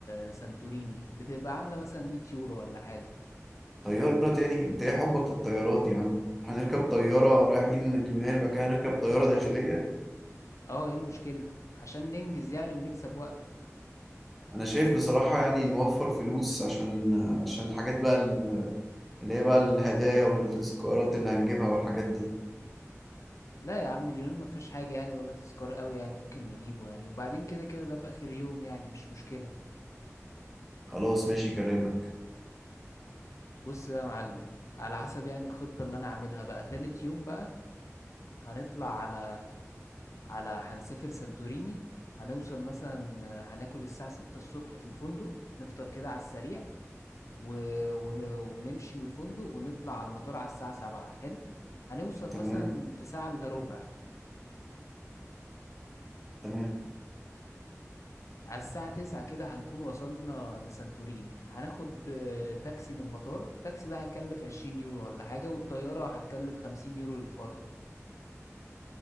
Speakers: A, on the left (about 70°); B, in the centre.
A: لسانتوريني بتبقى عاملة مثلا 100 يورو ولا حاجة
B: طيارة تاني انت ايه حبك في الطيارات يا عم هنركب طيارة رايحين اليونان بقى هنركب طيارة داخلية
A: اه ايه المشكلة؟ عشان ننجز يعني ونكسب وقت
B: انا شايف بصراحة يعني نوفر فلوس عشان آه، عشان الحاجات بقى اللي هي بقى الهدايا والتذكارات اللي هنجيبها والحاجات دي
A: لا يا عم اليونان ما فيهاش حاجة يعني ولا تذكار قوي يعني ممكن نجيبه يعني وبعدين كده كده ده في آخر يوم يعني مش مشكلة
B: خلاص ماشي كلامك
A: بص بقى يا معلم على حسب يعني الخطة اللي أنا عاملها بقى تالت يوم بقى هنطلع على على هنسافر سانتوريني هنوصل مثلا هناكل الساعة ستة الصبح في الفندق نفطر كده على السريع و... ون... ونمشي من الفندق ونطلع على المطار على الساعة سبعة حلو هنوصل
B: تمام
A: مثلا في ساعة إلا ربع
B: تمام
A: على الساعة تسعة كده هنكون وصلنا لسانتوريني هناخد آه، تاكسي من المطار التاكسي ده هيكلف عشرين يورو ولا حاجة والطيارة هتكلف خمسين يورو للفرد